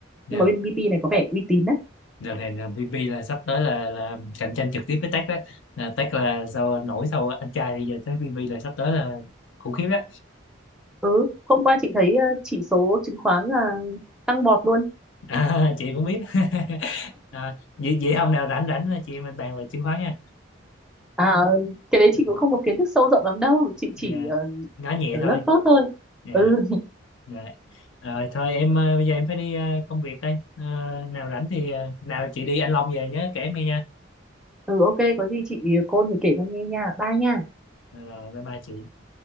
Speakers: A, on the left; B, in the centre.
A: Dạ.
B: nhưng mà bên VP này có vẻ uy tín đấy
A: Đợt này là VP là sắp tới là, là cạnh tranh trực tiếp với Tech đó. Là Tech là sau nổi sau anh trai thì giờ tới VP là sắp tới là khủng khiếp đó.
B: ừ hôm qua chị thấy ờ, chỉ số chứng khoán là tăng bọt luôn
A: <laughs> À, chị cũng biết. <laughs> À, vậy, vậy hôm nào rảnh rảnh là chị em mình bàn về chứng khoán nha.
B: À, cái đấy chị
A: Ừ.
B: cũng không có kiến thức sâu rộng lắm đâu, chị chỉ
A: Dạ.
B: uh,
A: Nói nhẹ
B: lớt
A: thôi.
B: phớt thôi.
A: Dạ.
B: Ừ,
A: Dạ. Rồi thôi em à, bây giờ em phải đi à, công việc đây. À, nào rảnh thì à, nào chị đi anh Long về nhớ kể em nghe nha.
B: ừ ok, có gì chị ờ, cô mình kể cho nghe nha, bye nha.
A: Rồi bye bye chị.